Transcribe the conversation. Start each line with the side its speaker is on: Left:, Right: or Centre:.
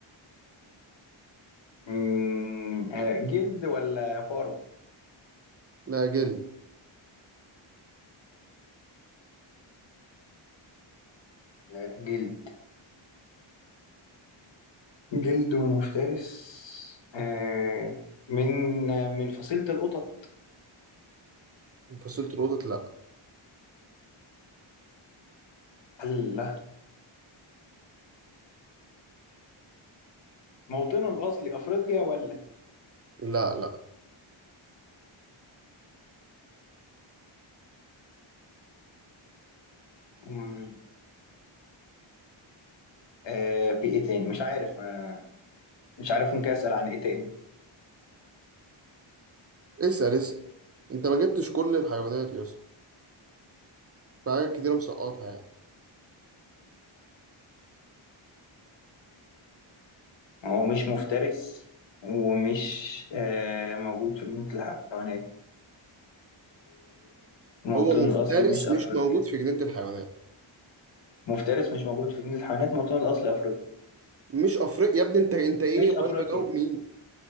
Left: مم، آه، جلد ولا فارو
Right: لا جلد
Left: لا، جلد جلد مفترس آه من من فصيلة القطط
Right: فصيلة القطط لا
Left: الله موطنه الأصلي أفريقيا ولا
Right: لا لا
Left: مم، آه في إيه تاني مش عارف آه مش عارف ممكن أسأل عن إيه تاني
Right: اسأل اسأل انت ما جبتش كل الحيوانات يا اسطى في حاجات كتيرة مسقطها يعني
Left: هو مش مفترس ومش آه موجود في جنينة الحيوانات وموطنه
Right: هو مفترس
Left: الأصلي مش أفريقيا
Right: مش موجود في جنينة الحيوانات
Left: مفترس مش موجود في جنينة الحيوانات موطنه الأصلي أفريقيا
Right: مش افريقيا يا ابني انت انت ايه
Left: مش أفريقيا
Right: وانا بجاوب مين